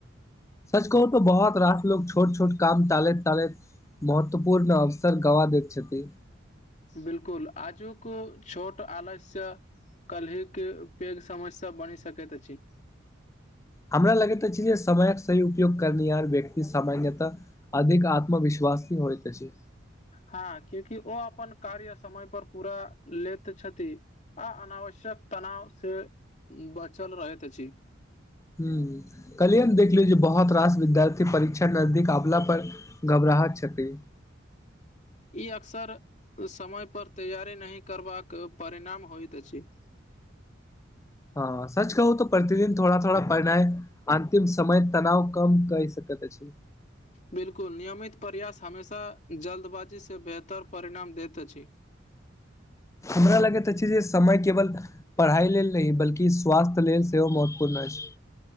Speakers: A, on the left; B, on the left.
A: सच कहू तो बहुत रास लोग छोट छोट काम टालति टालति महत्वपूर्ण अवसर गवा दति छथि
B: बिलकुल आजूक छोट आलस्य कल्हि के पघि समस्या बनि सकति अछि
A: हमरा लगति छै जे समयक सही उपयोग करनिहार व्यक्ति सामान्यतह अधिक आत्मविश्वासी होइत अछि
B: हँ क्यूकि ओ अपन कार्य समय पर पूरा लेति छथि आ अनावश्यक तनाव से बचल रहति अछि
A: हूं कल्हिये हम देखली जे बहुत रास विद्यार्थी परीक्षा नजदीक आवला पर घबराहट छथि
B: ई अक्सर समयपर तैयारी नहि करबाक परिणाम होइत अछि
A: हँ सच कहू तऽ प्रतिदिन थोड़ा थोड़ा बढ़नाइ अन्तिम समय तनाव कम कै सकति अछि
B: बिलकुल नियमित प्रयास हमेशा जल्दबाजी से बेहतर परिणाम देत अछि
A: हमरा लगति अछि जे समय केवल पढ़ाइ लेल नहि बल्कि स्वास्थ्य लेल सेहो महत्वपूर्ण अछि